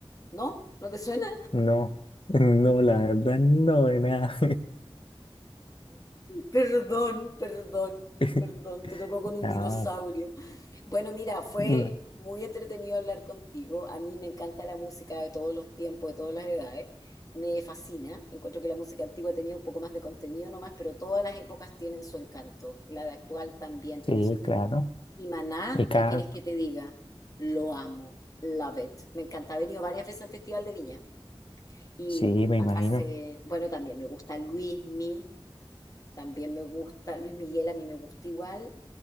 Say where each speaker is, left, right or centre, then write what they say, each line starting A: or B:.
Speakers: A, on the left (about 35°); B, on the left (about 60°).
A: ¿No? ¿No te suena?
B: No, <laughs> no, la verdad no de nada.
A: Perdón, perdón,
B: <laughs>
A: perdón, te tocó con un
B: No,
A: dinosaurio. Bueno, mira, fue
B: no.
A: muy entretenido hablar contigo. A mí me encanta la música de todos los tiempos, de todas las edades. Me fascina. Encuentro que la música antigua tenía un poco más de contenido nomás, pero todas las épocas tienen su encanto. La de actual también
B: Sí,
A: tiene su encanto.
B: claro.
A: Y Maná,
B: Y Carl,
A: ¿qué quieres que te diga? Lo amo. Love it. Me encanta. He venido varias veces al Festival de Viña. Y
B: sí, me
A: acá
B: imagino.
A: se, bueno, también me gusta Luismi. También me gusta, Luis Miguel a mí me gusta igual.